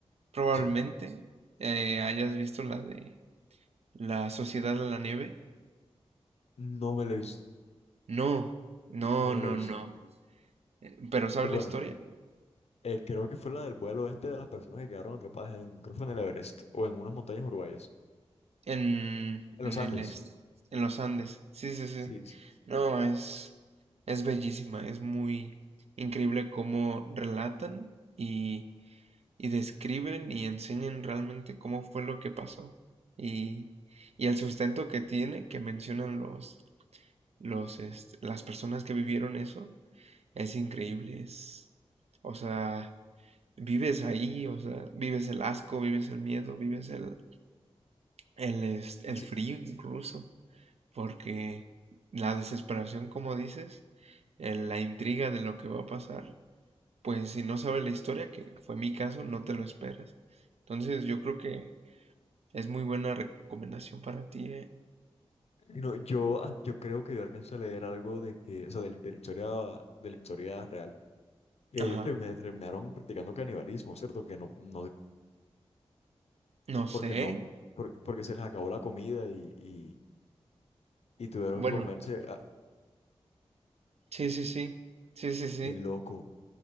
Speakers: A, on the right; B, on the left.
A: Probablemente
B: Sí,
A: eh, hayas visto la de La Sociedad de la Nieve.
B: no me lo he visto,
A: No, no,
B: no me
A: no,
B: lo he visto.
A: no. Eh, Pero ¿sabes
B: Eh, bueno,
A: la historia?
B: eh, creo que fue la del vuelo este de las personas que quedaron atrapadas en, creo que fue en el Everest o en unas montañas uruguayas,
A: En,
B: en
A: en
B: los Andes.
A: el est- en los Andes. Sí, sí, sí.
B: Sí, sí.
A: No, es, es bellísima, es muy increíble cómo relatan y, y describen y enseñan realmente cómo fue lo que pasó. Y, y el sustento que tiene, que mencionan los, los, este, las personas que vivieron eso Es increíble, es, o sea, vives ahí, o sea, vives el asco, vives el miedo, vives el, el, el
B: sí.
A: frío incluso, porque la desesperación, como dices, el- la intriga de lo que va a pasar, pues si no sabes la historia, que fue mi caso, no te lo esperas. Entonces yo creo que es muy buena recomendación para ti, ¿eh?
B: Y no, yo, ah, yo creo que yo alcancé a leer algo de que, o sea, de, de la historia, de la historia real, que
A: Ajá.
B: ellos termi- terminaron practicando canibalismo, ¿cierto? Que no, no,
A: No
B: porque
A: sé.
B: no, por- porque se les acabó la comida y, y, y tuvieron
A: Bueno,
B: que comerse, ah,
A: sí, sí, sí. Sí, sí, sí.
B: qué loco,